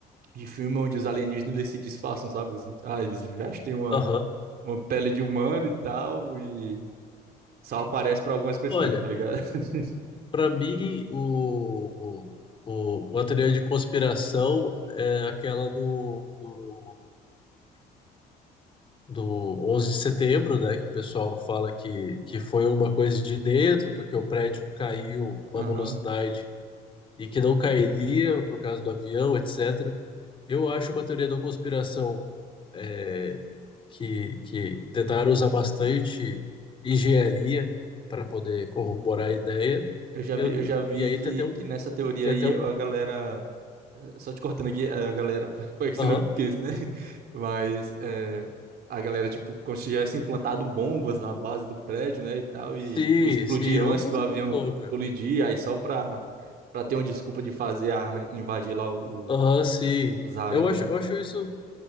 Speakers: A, on the right; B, on the left.
A: de filme onde os alienígenas eles se disfarçam, sabe? Assim, ah, eles vestem uma,
B: Aham.
A: uma pele de humano e tal, e só aparece pra algumas pessoas,
B: Olha,
A: tá ligado? <laughs>
B: Para mim, o, o, o a teoria de conspiração é aquela do, do, do 11 de setembro, né? Que o pessoal fala que, que foi uma coisa de dentro, porque o prédio caiu uma
A: Aham.
B: velocidade e que não cairia por causa do avião, etc. Eu acho uma teoria da conspiração é, que, que tentaram usar bastante engenharia para poder corroborar a ideia.
A: Eu já
B: Eu,
A: vi, eu já vi
B: e aí
A: que,
B: tem até um.
A: que nessa teoria
B: Tem
A: aí
B: até um.
A: a galera Eh, Só te cortando aqui, a galera, <laughs> para que
B: Aham.
A: você não esqueça, né? Mas é, a galera, tipo, como se tivesse implantado bombas na base do prédio, né, e tal,
B: Sim,
A: e, e explodiram
B: sim, é uma
A: antes
B: coisa
A: do avião
B: muito louca.
A: colidir, aí só pra, pra ter uma desculpa de fazer a, invadir lá o,
B: Aham, sim.
A: o, os árabes
B: Eu acho,
A: lá.
B: eu
A: do-
B: acho isso